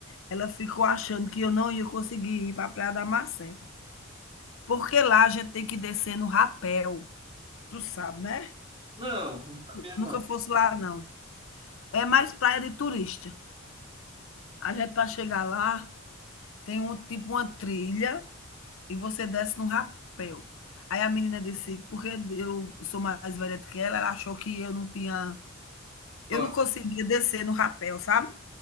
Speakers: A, on the left; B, on the right.
A: ela ficou achando que eu não ia conseguir ir para a Praia da Marcela. Porque lá a gente tem que descer no rapel, tu sabe, né?
B: Não, não sabia
A: Nunca
B: não.
A: fosse lá, não. É mais praia de turista. A gente, para chegar lá, tem um tipo uma trilha e você desce num rapel. Aí a menina disse, porque eu sou mais velha do que ela, ela achou que eu não tinha.
B: Coragem.
A: Eu não conseguia descer no rapel, sabe?